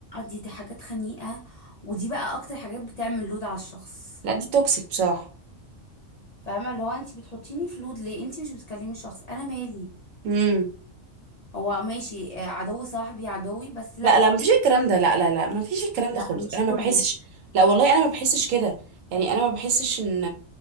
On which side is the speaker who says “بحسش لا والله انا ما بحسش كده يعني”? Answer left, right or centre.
Right